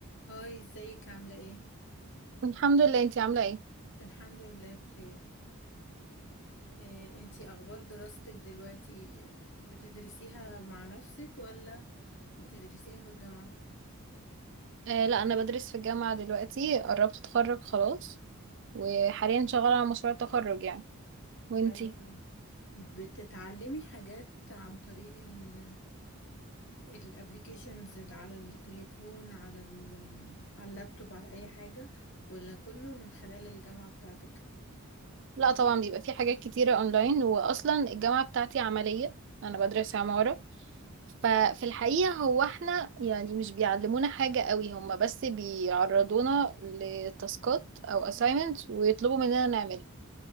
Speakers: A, on the left (about 55°); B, on the right (about 55°).
A: هاي ازيك عاملة ايه؟
B: الحمد لله انتي عاملة ايه؟
A: الحمد لله بخير آه، انتي اخبار دراستك دلوقتي آه، بتدرسيها مع نفسك ولا بتدرسيها في الجامعة؟
B: آه لا انا بدرس في الجامعة دلوقتي قربت اتخرج خلاص وحاليا شغالة على مشروع التخرج يعني وانتي؟
A: حلو قوي بتتعلمي حاجات عن طريق ال الابليكيشنز اللي على التليفون على ال على اللابتوب على اي حاجة ولا كله من خلال الجامعة بتاعتك؟
B: لا طبعا بيبقى في حاجات كتيرة اونلاين واصلا الجامعة بتاعتي عملية انا بدرس عمارة ففي الحقيقة هو احنا يعني مش بيعلمونا حاجة قوي هما بس بيعرضونا لتاسكات او assignments ويطلبوا مننا نعملها